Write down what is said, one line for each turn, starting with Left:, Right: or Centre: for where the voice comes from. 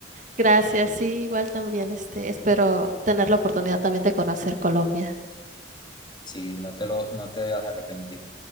Right: gracias, sí, igual también, este, espero tener la oportunidad también de conocer Colombia.
Left: Sí, no te lo, no te vas a arrepentir.